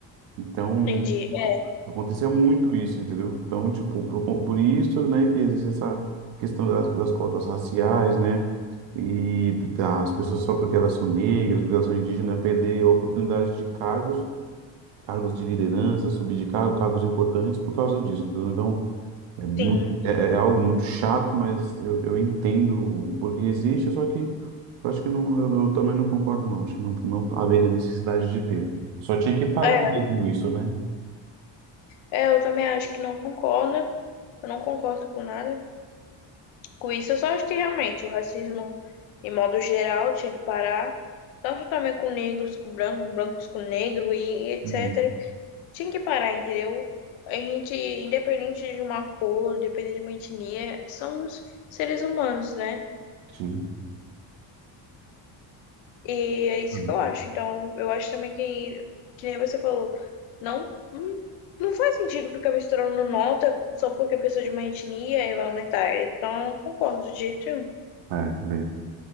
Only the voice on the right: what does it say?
Então,
acontecia muito isso, entendeu? Então, tipo, por, por isso, né, que existe essa questão das, das cotas raciais, né? E das pessoas só porque elas são negras, porque elas são indígenas, perder a oportunidade de cargos, cargos de liderança, subir de cargo, cargos importantes por causa disso, entendeu? Então, é, muito,
é, é algo muito chato, mas eu, eu entendo o porquê existe, só que eu acho que não, eu, eu também não concordo, não. Acho que não, não haveria necessidade de ter. Só tinha que parar
mesmo isso, né?
Hum,
Sim.
Hum.
É, bem.